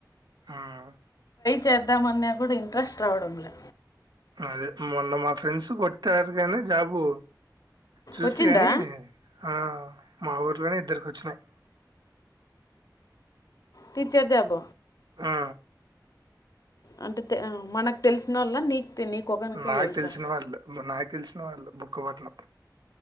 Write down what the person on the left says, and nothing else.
చేద్దామన్నా కూడా ఇంట్రెస్ట్ రావడంలే
వచ్చిందా
టీచర్ జాబ్
అంటే తే మనకు తెలిసిన వాళ్ళ నీకు నీ ఒకకరికే
తెలుసా